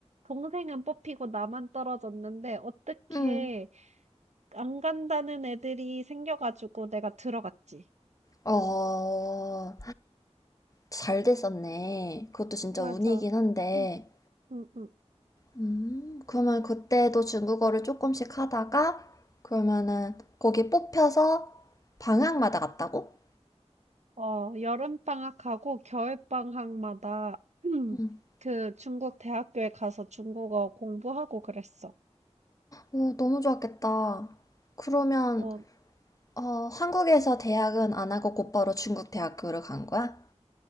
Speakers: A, on the right; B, on the left.
A: 동생은 뽑히고 나만 떨어졌는데 어떻게
B: 응.
A: 안 간다는 애들이 생겨가지고 내가 들어갔지.
B: 어, 잘 됐었네. 그것도 진짜
A: 맞아.
B: 운이긴 한데.
A: 응, 응, 응.
B: 음, 그러면 그때도 중국어를 조금씩 하다가 그러면은 거기 뽑혀서 방학마다 갔다고?
A: 어, 여름방학하고 겨울방학마다 <clears throat>
B: 음.
A: 그 중국 대학교에 가서 중국어 공부하고 그랬어.
B: 오, 너무 좋았겠다. 그러면
A: 어,
B: 어, 한국에서 대학은 안 하고 곧바로 중국 대학교를 간 거야?